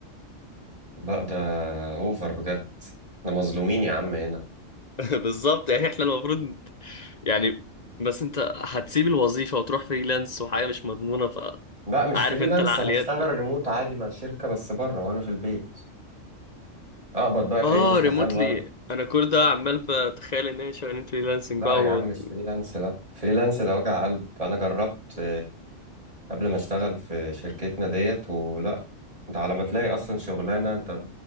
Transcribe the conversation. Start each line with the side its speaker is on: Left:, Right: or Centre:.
Right: لا ده أوفر بجد احنا مظلومين يا عم هنا
Left: <laughs> بالظبط يعني احنا المفروض يعني بس انت هتسيب الوظيفة وتروح فريلانس وحاجة مش مضمونة ف
Right: لا مش
Left: عارف
Right: فريلانس
Left: انت العقليات
Right: هشتغل ريموت عادي مع شركة بس بره وأنا في البيت أقبض بقى كأني
Left: اه
Right: شغال
Left: ريموتلي
Right: بره
Left: انا كل ده عمال بتخيل ان احنا شغالين فريلانسنج
Right: لا
Left: بقى
Right: يا
Left: و-
Right: عم مش فريلانس لا فريلانس ده وجع قلب أنا جربت قبل ما اشتغل في شركتنا ديت ولا ده على ما تلاقي اصلا شغلانه انت